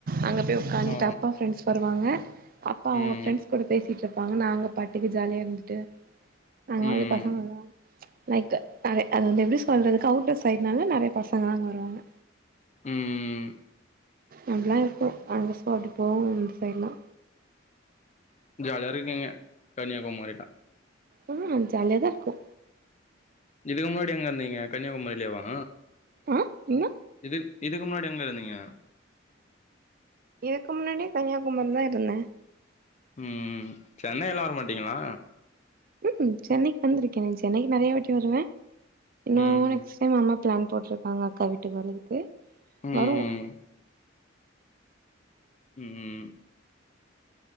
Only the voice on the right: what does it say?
அங்க போய் வந்துட்டு
அப்பா ஃப்ரெண்ட்ஸ் வருவாங்க அப்பா அவுங்க
ஃப்ரெண்ட்ஸ் கூட பேசிட்டு இருப்பாங்க நாங்க பாட்டுக்கு ஜாலியா இருந்துட்டு நாங்க
வந்து பசங்கல்லா லைக் அது வந்து எப்டி சொல்றதுக்கு அவுடஸ் சைடுனால நெறய பசங்கள்ளா அங்க வருவாங்க
அதெல்லா இருக்கு அந்த ஸ்பாட்டு போவோ இந்த சைடெல்லா
ம் ஜாலியாதா இருக்கு
அ என்ன
இதுக்கு முன்னாடி கன்யாகுமரிலதா இருந்தன்
ம் சென்னைக்கு வந்திருக்கேன் சென்னைக்கு நெறயா வாட்டி வருவன் இன்னு
நெக்ஸ்ட் டைம் அம்மா ப்ளான் போட்டிருக்காங்க அக்கா வீட்டுக்கு வர்றதுக்கு
வருவோ